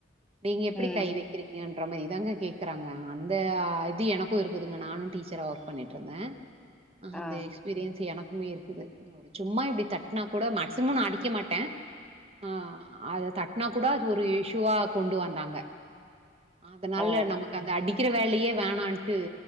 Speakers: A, on the right; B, in the centre.
A: நீங்க எப்டி
B: ம்
A: கை வக்கிறீங்க ரொம்ப இதாங்க கேட்குறாங்க அந்த அ இது எனக்கு இருக்குதுங்க நானு டீச்சரா ஒர்க் பண்ணிட்டுருந்தே அ
B: ஆ
A: அந்த எக்ஸ்பீரியன்ஸ் எனக் மே இருக்குது ஒரு சும்மா இப்டி தட்டுனா கூட மேக்சிமம் நா அடிக்க மாட்டே ஆ அது த நா கூட அது ஒரு இஷுவா கொண்டு வந்தாங்க அதனால
B: ஓ
A: நமக்கு அந்த அடி க்கிற வேலயே வேணான்ட்டு